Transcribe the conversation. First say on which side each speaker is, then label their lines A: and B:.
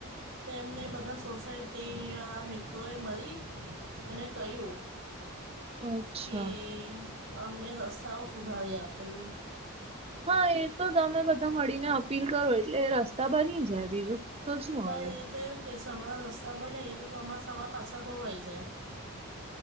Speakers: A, on the right; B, on the right.
A: તેમને બધા સોસાયટી યા મિત્રોએ મળી. તને કહ્યું.
B: અચ્છા
A: કે અમને રસ્તાઓ સુધારી આપ્યું.
B: હા એ તો તમે બધા મળીને અપીલ કરો એટલે રસ્તા બની જાય બીજું. તો શું
A: હા
B: હવે
A: તો એવું કે ચોમાસા મા રસ્તા બને એ તો ચોમાસામાં પાછા ધોવાય જાય છે.